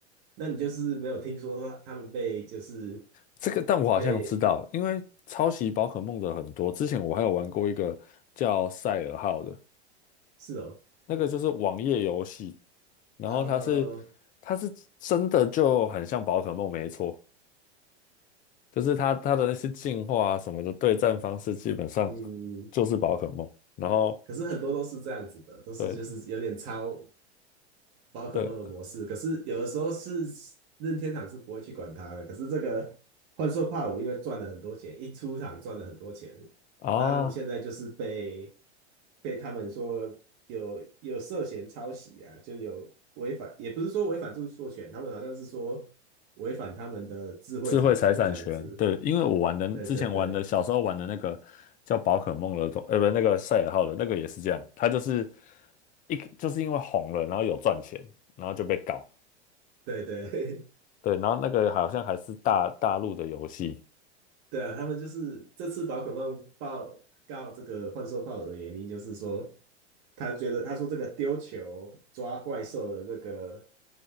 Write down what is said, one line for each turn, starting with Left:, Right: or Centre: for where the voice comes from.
Right: 那你就是没有听说他他们被就是
Left: 这个，但我好像知道，
Right: 被
Left: 因为抄袭宝可梦的很多。之前我还有玩过一个叫《赛尔号》的，
Right: 是哦，
Left: 那个就是网页游戏，然后它是
Right: 呃，
Left: 它是真的就很像宝可梦，没错，就是它它的那些进化啊什么的对战方式基本上
Right: 嗯。
Left: 就是宝可梦，然后。
Right: 可是很多都是这样子的，都是就是有点抄
Left: 对，
Right: 宝可梦的模式。
Left: 对
Right: 可是有的时候是任天堂是不会去管它的。可是这个幻兽帕鲁因为赚了很多钱，一出场赚了很多钱，
Left: 啊，
Right: 那你现在就是被被他们说有有涉嫌抄袭啊，就有违反，也不是说违反著作权，他们好像是说违反他们的智慧财产这样子。
Left: 智慧财产权，对，因为我玩的之前玩的小时候玩的那个叫宝可梦的东，
Right: 对对对
Left: 呃，不，那个赛尔号的那个也是这样，它就是一就是因为红了，然后有赚钱，然后就被搞
Right: 对对。
Left: 对，然后那个好像还是大大陆的游戏
Right: 对啊，他们就是这次宝可梦报告这个幻兽炮的原因，就是说他觉得他说这个丢球抓怪兽的这个